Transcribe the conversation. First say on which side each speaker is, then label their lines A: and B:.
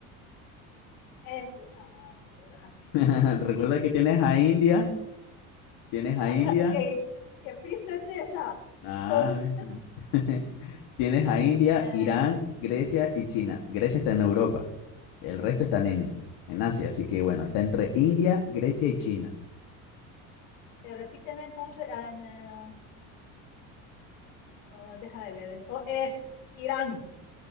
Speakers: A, on the left; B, on the left.
A: Es. ah, espera.
B: <laughs> Recuerda que tienes a India, tienes a
A: <laughs>
B: India,
A: ¿Qué, qué pista es esa?
B: ah,
A: Si todo- <laughs>
B: ¿viste? <laughs> tienes a India,
A: Eh,
B: Irán, Grecia y China. Grecia está en Europa, el resto están en, en Asia, así que bueno, está entre India, Grecia y China.
A: Eh, repíteme entonces, ah, no, ah, déjame ver, entonces, Irán,